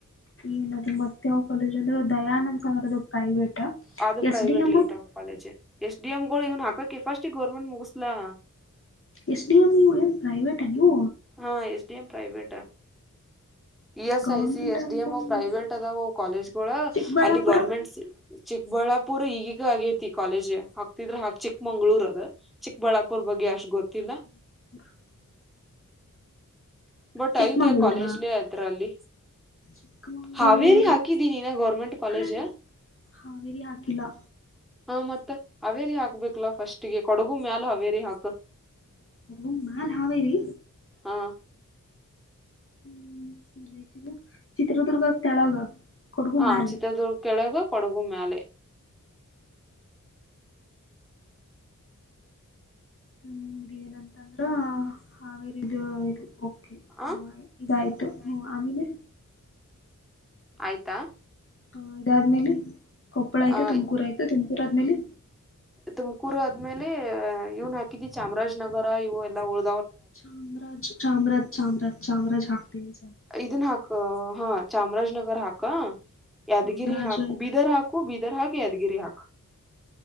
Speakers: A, on the left; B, in the centre.
A: ಏನದು ಮತ್ತೆ ಯಾವ್ ಕಾಲೇಜ್ ಅಂದ್ರೆ ದಯಾನಂದ್ ಸಂಗರ್ ಅದು ಪ್ರೈವೇಟ್
B: ಅದು private
A: S D M
B: late of college ಎಷ್ಟು ಡಿ ಎಮ್ ಗಳು ಇವನ್ ಹಾಕಕೆಫಾಸ್ಟಿ ಗೋರ್ಮೆಂಟ್ ಮುಗಿಸಸ್ಲ
A: S D M U A private ಅನು
B: ಹಾ ಎಸ್ ಡಿ ಎಂ ಪ್ರೈವಟಾ E S
A: government
B: I C S
A: ಅನ್ಕೊಂಡ್ರೆ
B: D M ಪ್ರೈವೇಟ್ ಅದಾವ ಕಾಲೇಜ್ಗಳ
A: ಚಿಕ್ಕಬಳ್ಳಾಪುರ
B: ಅಲ್ಲಿ ಗೌರ್ಮೆಂಟ್ ಸಿ ಚಿಕ್ಬಳ್ಳಾಪುರ್ ಈಗೀಗ ಆಗೇತಿ ಕಾಲೇಜ್ ಹಾಕ್ತಿದ್ರ ಚಿಕ್ಕಮಂಗ್ಳೂರ್ ಅದ ಚಿಕ್ಕಬಳ್ಳಾಪುರ್ ಬಗ್ಗೆ ಅಷ್ಟು ಗೊತ್ತಿಲ್ಲ
A: ಹ
B: ಬಟ್
A: ಚಿಕ್ಕಮಂಗ್ಳೂರಾ
B: ಐತಿ ಕಾಲೇಜ್ಲೆ ಅದ್ರಲ್ಲಿ
A: ಚಿಕ್ಕಮಂಗಳೂರು
B: ಹಾವೇರಿ ಹಾಕಿದೀನಿಿನ ಗೌರ್ಮೆಂಟ್ ಕಾಲೇಜ
A: ಹಾಲೆ ಹಾವೇರಿ ಹಾಕಿಲ್ಲಾ
B: ಹ ಮತ್ತ ಹಾವೇರಿ ಹಾಕ್ಬೇಕಲಾ ಫಸ್ಟ್ ಗೆ ಕೊಡಗು ಮ್ಯಾಲ ಹಾವೇರಿ ಹಾಕ್
A: ಹ ನಲ್ ಹಾವೇರಿ
B: ಹಾ
A: ಹ್ಮ್ ಎಲ್ಐಟಿದು ಚಿತ್ರದುರ್ಗ ತೆಳಗ ಕೊಡಗು
B: ಹ
A: ಮ್ಯಾಲ
B: ಚಿತ್ರದುರ್ಗ ಕೆಳಗ ಕೊಡಗು ಮ್ಯಾಲೆ
A: ಹ್ಮ್ ಇದ ಏನಂತಂದ್ರ ಹಾಗೇ ಇದು ಇದು
B: ಆ
A: ಹ ಇದಾಯತು ಹ್ಮ ಆಮೇಲೆ
B: ಆಯ್ತಾ
A: ಹ ಇದಾದ್ಮೇಲೆ ಕೊಪ್ಪಳ ಆಯ್ತು
B: ಆ
A: ತುಮಕೂರು ಆಯ್ತು ತುಮಕೂರು ಆದ್ಮೇಲೆ
B: ತುಮಕೂರ್ ಆದ್ಮೇಲೆ ಅಹ ಇವ್ನ್ ಹಾಕಿದಿ ಚಾಮರಾಜನಗರ ಇವು ಎಲ್ಲಾ ಉಳ
A: ಚಾಮರಾಜ ಚಾಮರಾಜ ಚಾಮರಾಜ ಚಾಮರಾಜ ಹಾಕ್ತೀನ
B: ಇದನ್ ಹಾಕ ಹಾ ಚಾಮರಾಜನಗರ್ ಹಾಕ ಯಾದಗಿರಿ
A: ಚಾಮರಾಜ
B: ಹಾಕ ಬೀದರ್ ಹಾಕು ಬೀದರ್ ಹಾಕ್ ಯಾದ್ಗಿರಿ ಹಾಕು